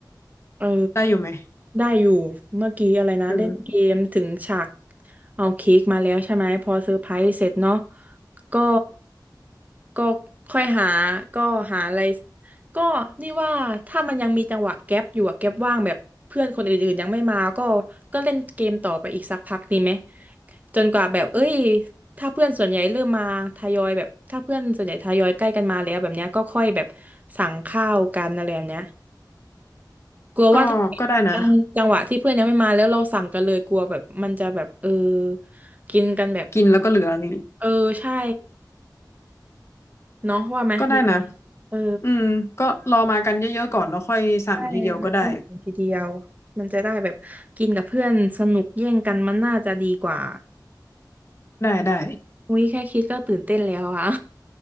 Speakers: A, on the right; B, on the left.
A: เออ
B: ได้อยู่ไหม
A: ได้อยู่เมื่อกี้อะไรนะเล่นเกมถึงฉาก
B: เออ
A: เอาเค้กมาแล้วใช่ไหมพอเซอร์ไพรส์เสร็จเนาะก็ก็ค่อยหาก็หาอะไรก็นี่ว่าถ้ามันยังมีจังหวะแก๊ปอยู่อะแก๊ปว่างแบบเพื่อนคนอื่นๆยังไม่มาก็ก็เล่นเกมต่อไปอีกสักพักดีไหมจนกว่าแบบเอ้ยถ้าเพื่อนส่วนใหญ่เริ่มมาทยอยแบบถ้าเพื่อนส่วนใหญ่ทยอยใกล้กันมาแล้วแบบเนี้ยก็ค่อยแบบสั่งข้าวกันอะไรแบบเนี้ย กลัวว่าถ้า
B: ก็ก็ได้นะ
A: จังจังหวะที่เพื่อนยังไม่มาแล้วเราสั่งกันเลยกลัวแบบมันจะแบบเออกินกันแบบ
B: กินแล้วก็เหลือนี่
A: เออใช่เนาะว่าไหมดี
B: ก็ได้นะ
A: เออ
B: อืมก็รอมากันเยอะๆก่อนแล้วค่อยสั่งทีเดียวก็ได้
A: ใช่แล้วก็สั่งทีเดียวมันจะได้แบบกินกับเพื่อนสนุกแย่งกันมันน่าจะดีกว่า
B: ได้ได้
A: อุ้ยแค่คิดก็ตื่นเต้นแล้วอะ